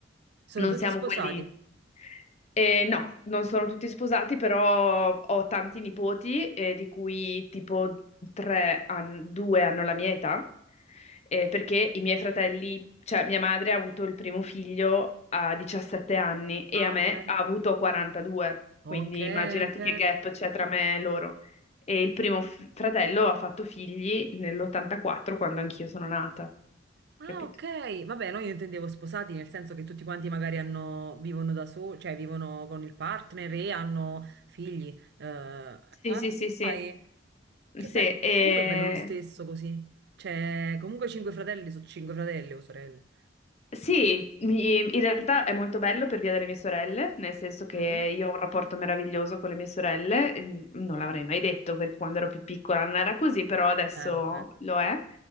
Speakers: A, on the right; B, on the left.
A: Sono
B: Non
A: tutti
B: siamo
A: sposati.
B: quelli... Eh, no, non sono tutti sposati, però ho tanti nipoti, eh, di cui tipo tre han- due hanno la mia età, eh, perché i miei fratelli, cioè mia madre ha avuto il primo figlio a 17 anni e
A: Ah,
B: a me
A: ok.
B: ha avuto 42,
A: Ok,
B: quindi immaginati
A: ok.
B: che gap c'è tra me e loro. E il primo f- fratello ha fatto figli nell'84, quando anch'io sono nata,
A: Ah,
B: capito?
A: ok. Vabbè, no, io intendevo sposati, nel senso che tutti quanti magari hanno, vivono da soli, cioè vivono con il partner e hanno figli. Eh, ah,
B: Sì, sì, sì, sì.
A: vai. Che
B: Sì,
A: bello.
B: e-
A: Comunque è bello lo stesso così. Cioè, comunque cinque fratelli su cinque fratelli o sorelle.
B: sì, mi- in realtà è molto bello per via delle mie sorelle, nel senso che
A: Mhm.
B: io ho un rapporto meraviglioso con le mie sorelle, eh, non l'avrei mai detto perché quando ero più piccola non era così, però adesso
A: Eh, vabbè.
B: lo è.